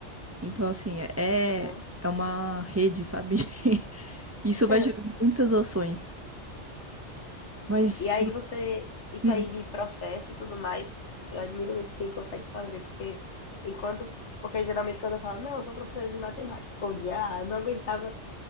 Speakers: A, on the right; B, on the left.
A: Então, assim, é, é
B: Aham.
A: é uma rede, sabe? <laughs> Isso vai
B: <laughs>
A: gerando muitas ações. Mas,
B: E aí você, isso
A: hum,
B: aí de processo e tudo mais, eu admiro muito quem consegue fazer, porque enquanto, porque geralmente quando eu falo, não, eu sou professora de matemática, ou de, ah, eu não aguentava